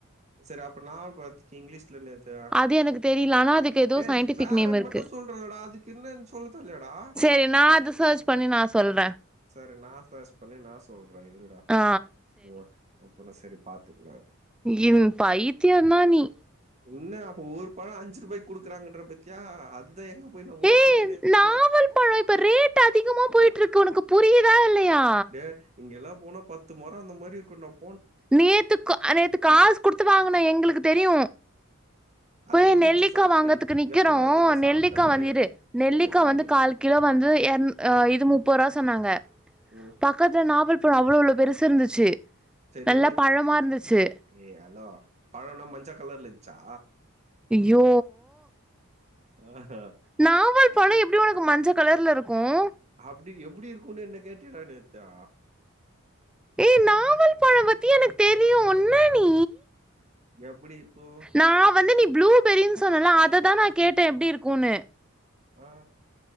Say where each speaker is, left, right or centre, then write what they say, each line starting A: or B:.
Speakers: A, on the right (about 35°); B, in the centre.
A: செரி அப்ப நாவல் பழத்துக்கு இங்கிலீஷ் ட்ல நேத்தே
B: அது எனக்கு தெரியல ஆனா அதுக்கு ஏதோ
A: டேய்
B: சயின்டிபிக்
A: வேறன்
B: நேம் இருக்கு
A: மட்டு சொல்றலடா அதுக்கு என்னன் சொல்ல தெர்லியாடா
B: சேரி நா அது சர்ச் பண்ணி நா சொல்ற
A: சரி நா சர்ச் பண்ணி நா சொல்ற இருடா
B: ஆ
A: உ அப்பதா சரி பாத்துக்குவ
B: இம் பையித்தியந்தா நீ
A: என்ன அப்ப ஒரு பழ அஞ்சிருபாய்க் குடுக்கறாங்கன்ற பத்தியா அதுதா எங்கப் போய் நா முட்டிகிர்துனே
B: ஏய்
A: தெர்ல
B: நாவல் பழம் இப்ப ரேட் அதிகமா போயிட்ருக்கு ஒனக்கு புரியிதா இல்லயா
A: டே இங்கிலா போனா பத்து மர அந்த மாரி இருக்குண்டாப்
B: நேத்துக்கோ நேத்து காச் குடுத்து வாங்கன எங்குளுக்கு தெரியு
A: அது
B: போய்
A: எப்டி
B: நெல்லிக்கா
A: இருந்துச்சு சாப்ட்டு
B: வாங்கற்துக்கு நிக்கிறோ
A: எப்புட்றா இருந்தது சாப்ட்டல்லா
B: நெல்லிக்கா வந்
A: எப்டி
B: இரு நெல்லிக்கா
A: இங்க பாரு
B: வந்து கால் கிலோ வந்து எர்ண் அ இது முப்பூறா சொன்னாங்க
A: ம்
B: பக்கத்துல நாவல் பழ அவ்ளோ அவ்ளோ பெருசு இருந்துச்சு
A: செரி
B: நல்லா
A: இரு
B: பழமா இருந்துச்சு
A: ஏய் ஹலோ பழ என்ன மஞ்ச கலர்ல இருஞ்ச்சா
B: அய்யோ
A: ஆ
B: நாவல் பழ எப்டி உனக்கு மஞ்ச கலர்ல இருக்கும்
A: அப்டி எப்டி இருக்கும்ன்னு என்ன கேட்டின்னா நேத்தா
B: ஏ நாவல் பழ பத்தி எனக்கு தெரியு என்ன நீ
A: எப்டி இருக்கும்
B: நா வந்து நீ ப்ளூபெரின்னு சொன்னல அததா நா கேட்ட எப்டி இருக்குன்னு
A: ஆ